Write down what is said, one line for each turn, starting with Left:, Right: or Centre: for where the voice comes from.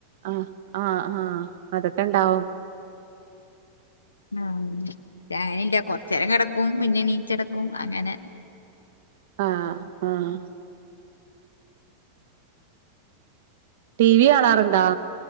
Right: ആഹ് ആഹ് ആഹ് അതൊക്കെണ്ടാവും.
Left: ആഹ് ഞാനില്ല കൊറച് നേരം കിടക്കും പിന്നെ എണീച്നടക്കും അങ്ങനെ
Right: ആഹ് ആഹ് ടി വി കാണാറുണ്ടാ?